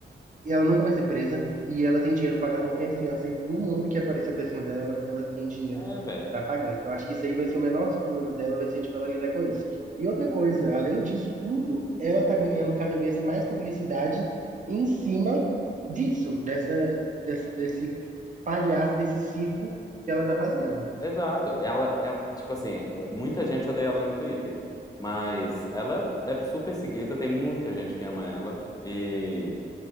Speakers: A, on the right; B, on the left.
A: E ela nunca vai ser presa e ela tem dinheiro pra pagar qualquer fiança e do mundo que aparecer pra cima dela, ela, ela tem dinheiro
B: É, velho.
A: pra pagar. Então acho que isso aí vai ser o menor dos problemas dela, vai ser tipo ela lidar com isso. E outra coisa, além disso tudo, ela tá ganhando cada vez mais publicidade em cima disso, dessa, desse, desse palhaço, desse circo que ela tá fazendo.
B: Exato. Ela, ela, tipo assim, muita gente odeia ela no Twitter, mas ela é super seguida, tem muita gente que ama ela. E